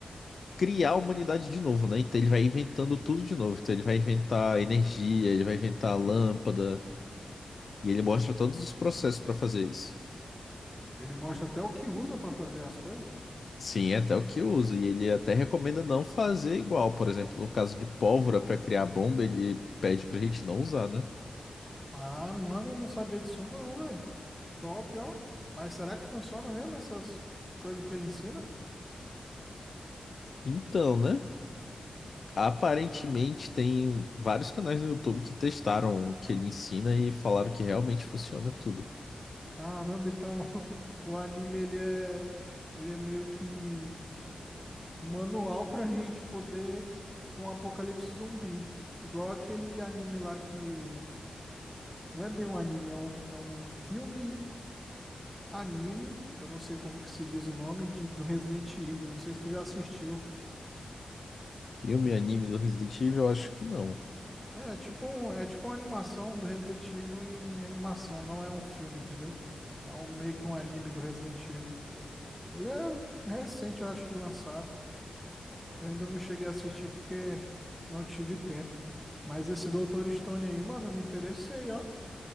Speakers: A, on the left; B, in the centre.
A: criar a humanidade de novo, né? Então ele vai inventando tudo de novo. Então ele vai inventar energia, ele vai inventar lâmpada, e ele mostra todos os processos para fazer isso.
B: Ele mostra até o que usa pra fazer as coisas.
A: Sim, é até o que usa, e ele até recomenda não fazer igual. Por exemplo, no caso de pólvora para criar bomba, ele pede pra gente não usar, né?
B: Ah, mano, eu não sabia disso não, velho. Top, ó. Mas será que funciona mesmo essas coisas que ele ensina?
A: Então, né? Aparentemente tem vários canais no YouTube que testaram o que ele ensina e falaram que realmente funciona tudo.
B: Caramba, então <laughs> o anime ele é ele é meio que manual pra <laughs> gente poder pra um apocalipse zumbi. Igual aquele anime lá que não é bem um anime, é um, é um filme anime, que eu não sei como que se diz o nome de, do Resident Evil. Não sei se tu já assistiu.
A: E o meu anime do Resident Evil, eu acho que não.
B: É tipo um, é tipo uma animação do Resident Evil em animação, não é um filme, entendeu? É um meio que um anime do Resident Evil. Ele é recente, eu acho que lançaram. Eu ainda não cheguei a assistir porque não tive tempo. Mas esse Dr. Stone aí, mano, eu me interessei, ó.